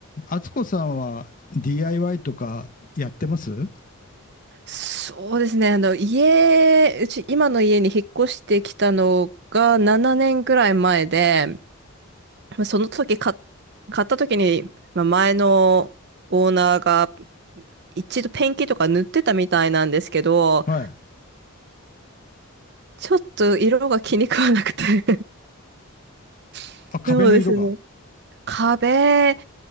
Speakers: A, on the left; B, on the right.
A: 敦子さんは DIY とかやってます
B: そうですね。あの、家、うち、今の家に引っ越してきたのが7年くらい前で、まあ、その時買っ、買った時に、まあ、前のオーナーが一度ペンキとか塗ってたみたいなんですけど、
A: はい。
B: ちょっと色が気に食わなくて <laughs>
A: あ、壁の色が。
B: そうですね。壁、